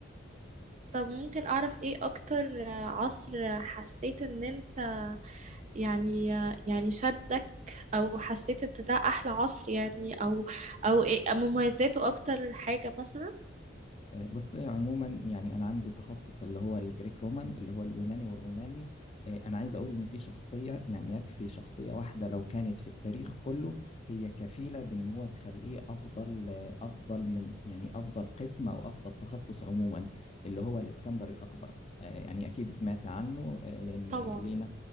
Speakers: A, on the right (about 40°); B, on the left (about 35°).
A: طب ممكن أعرف إيه أكتر عصر حسيت إن أنت يعني يعني شدك أو حسيت إن ده أحلى عصر يعني أو أو إيه مميزاته أكتر حاجة مثلا
B: آه، بص عموما يعني انا عندي تخصص اللي هو الجريك رومان اللي هو اليوناني والروماني آه، انا عايز اقول ان في شخصيه يعني يكفي شخصيه واحده لو كانت في التاريخ كله هي كفيله بان هو تخليه افضل آه، افضل من يعني افضل قسم او افضل تخصص عموما اللي هو الاسكندر الاكبر آه، يعني اكيد سمعت عنه آه، لان
A: طبعا
B: لينا